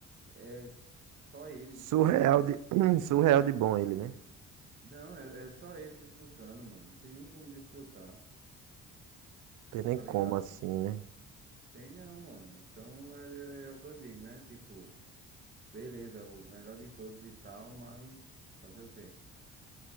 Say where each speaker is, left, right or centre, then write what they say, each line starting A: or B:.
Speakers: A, on the right; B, on the right.
A: é s- só ele
B: Surreal
A: disputando.
B: de, <clears throat> surreal de bom ele, né?
A: Não, é, é só ele disputando, mano. Não tem nem como disputar,
B: Tem nem
A: tá
B: como
A: ligado?
B: assim, né?
A: Tem não, mano. Então é, é é o que eu digo, né? Tipo, beleza, é o melhor de todos e tal, mas fazer o quê?